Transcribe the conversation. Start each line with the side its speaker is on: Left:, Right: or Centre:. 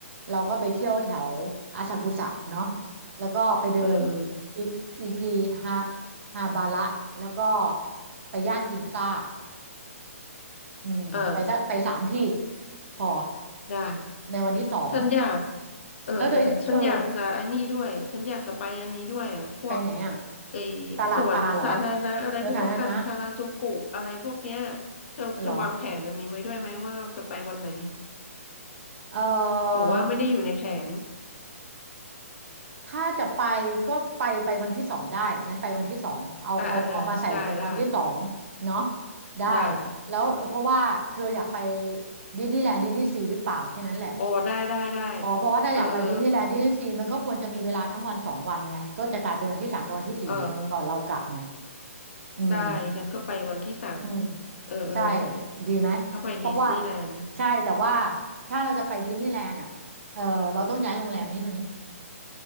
Right: เราก็ไปเที่ยวแถวอาซากุสะเนาะแล้วก็ไปเดิน
Left: เออเออ
Right: อิอิกิฮาฮาบาระแล้วก็ไปย่านกินซ่าอืมไปสักไปสามที่
Left: อ่า
Right: พอ
Left: ได้
Right: ในวันที่สอง
Left: ฉันอยากเออเออฉันอยากจะไอ้นี่ด้วยฉันอยากจะไปอันนี้ด้วยอ่ะพวก
Right: แล้วเธอเออไปไหนอ่ะ
Left: ไอ้
Right: ตลาดปลาเหรอ
Left: สวนสาธารณะอะไรพวกคาคาราจูกุอะไรพวกเนี้ย
Right: เรือสาธารณะ
Left: เธอเธอวางแผนอันนี้ไว้ด้วยไหมว่าจะไปวันไหน
Right: เหรอเออ
Left: หรือว่าไม่ได้อยู่ในแผน
Right: ถ้าจะไปก็ไปไปวันที่สองได้งั้นไปวันที่สองเอาเอาเอามาใส่วันที่สองเนาะ
Left: อ่าอ่าได้ได้
Right: ได้
Left: ได้
Right: แล้วเพราะว่าเธออยากไปดิสนีย์แลนด์ดิสนีย์ซีหรือเปล่าแค่นั้นแหละ
Left: โอ้ได้ได้ได้
Right: อ๋อเพราะว่าถ้าอยากไปดิสนีย์แลนด์ดิสนีย์ซีมันก็ควรจะมีเวลาทั้งวันสองวันไง
Left: เออเออ
Right: ก็จะกลายเป็นวันที่สามกับวันที่สี่ก่อนเรากลับไง
Left: เออ
Right: อืม
Left: ได้งั้นก็ไปวันที่สามที่
Right: อืม
Left: เออเออ
Right: ใช่ดีไหมเพราะว่า
Left: ก็ไปดิสนีย์แลนด์
Right: ใช่แต่ว่าถ้าเราจะไปดิสนีย์แลนด์อ่ะเออเราต้องย้ายโรงแรมนิดนึง